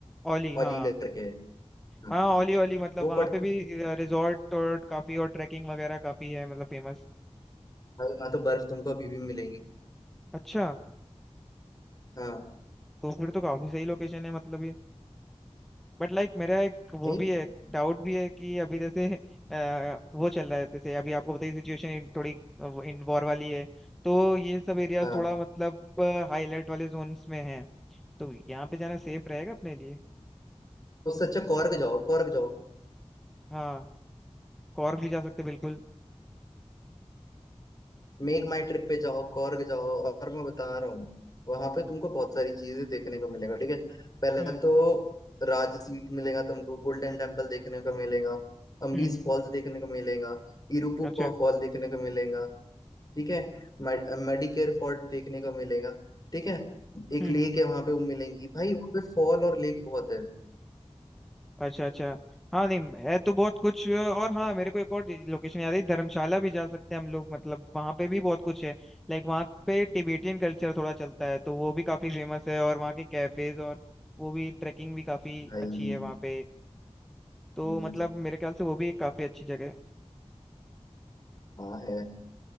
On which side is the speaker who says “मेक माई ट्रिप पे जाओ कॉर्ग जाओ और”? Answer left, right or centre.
Left